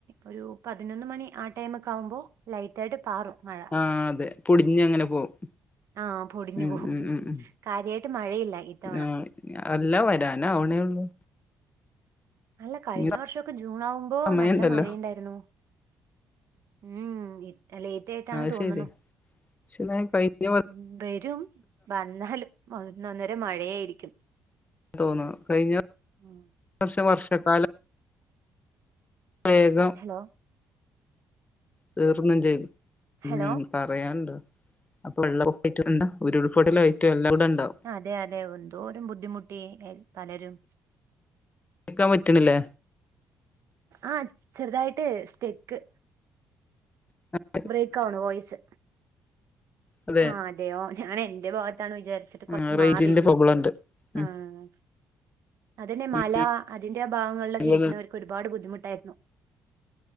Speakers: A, on the right; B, on the left.
A: ഒരു പതിനൊന്ന് മണി ആ ടൈമൊക്കെ ആവുമ്പോ ലൈറ്റ് ആയിട്ട് പാറും മഴ.
B: ആഹ് അതെ പൊടിഞ്ഞങ്ങനെ പോവും.
A: ആഹ് പൊടിഞ്ഞു
B: ഉം
A: പോവും.
B: ഉം ഉം ഉം
A: കാര്യായിട്ട് മഴയില്ല ഇത്തവണ.
B: ആഹ് അല്ല വരാനാവ്ണേ ഉള്ളൂ.
A: അല്ല കഴിഞ്ഞ
B: ഇനി
A: വർഷൊക്കെ ജൂൺ ആവുമ്പോ
B: സമയണ്ടല്ലോ
A: നല്ല മഴയ്ണ്ടായിരുന്നു. ഉം ഉം. അഹ് ലേറ്റായിട്ടാണ്
B: അത്
A: തോന്ന്ണു.
B: ശരി പക്ഷെ ന്നാ കഴിഞ്ഞ വ
A: ഉം വരും വന്നാലും ഒന്നൊന്നര മഴയായിരിക്കും.
B: തോന്നാ. കഴിഞ്ഞ
A: ഉം
B: വർഷം വർഷക്കാലം വേഗം
A: ഹലോ
B: തീർന്നും ചെയ്ത്.
A: ഹലോ
B: ഉം. പറയാന്ണ്ടോ. അപ്പൊ വെള്ളപ്പൊക്കേയ്റ്റും <unintelligible> ഉരുപൊട്ടലായിട്ടും എല്ലം കൂടെണ്ടാവും.
A: അതെ അതെ എന്തോരം ബുദ്ധിമുട്ടി എ പലരും.
B: കേക്കാൻ പറ്റ്ണില്ലേ?
A: ആഹ് ചെറുതായിട്ട് സ്റ്റെക്ക്.
B: അ
A: ബ്രേക് ആവ്ണ് വോയിസ്
B: അതെ
A: ആ അതെയോ ഞാനന്റെ ഭാഗത്താണ് വിചാരിച്ച്
B: ആഹ്
A: കൊർച്ച്
B: റേഞ്ചിന്റെ
A: മാറിയിര്ന്ന്
B: പ്രോബ്ലം ഉണ്ട് ഉം
A: ആഹ് അതന്നെ
B: ഉം
A: മല അതിന്റെ ഭാഗങ്ങൾലൊക്കെ
B: ഇവിടെ
A: ഇരിക്കുണോര് ഒരുപാട് ബുദ്ധിമുട്ടായ്ര്ന്നു